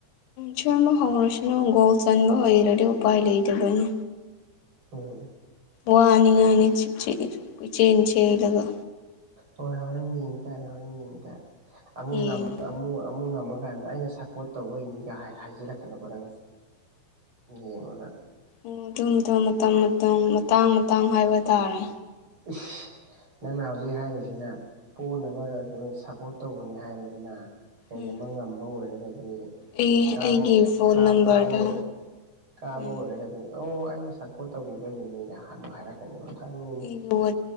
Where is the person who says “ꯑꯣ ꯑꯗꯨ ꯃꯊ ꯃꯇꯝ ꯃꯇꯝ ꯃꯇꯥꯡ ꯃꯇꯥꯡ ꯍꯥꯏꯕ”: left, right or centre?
Left